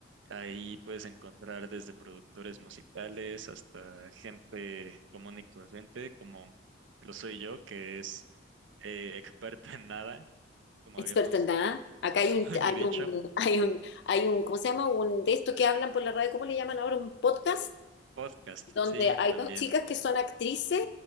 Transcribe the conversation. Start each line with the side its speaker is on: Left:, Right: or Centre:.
Right: Ahí puedes encontrar desde productores musicales hasta gente común y corriente, como lo soy yo, que es eh, experta en nada, como
Left: experto
Right: habíamos
Left: en nada. Acá hay
Right: <laughs>
Left: un, hay
Right: dicho.
Left: un, <laughs> hay un, hay un, ¿cómo se llama? Un de esto que hablan por la radio, ¿cómo le llaman ahora? ¿Un podcast?
Right: Podcast,
Left: donde
Right: sí,
Left: hay
Right: también.
Left: dos chicas que son actrices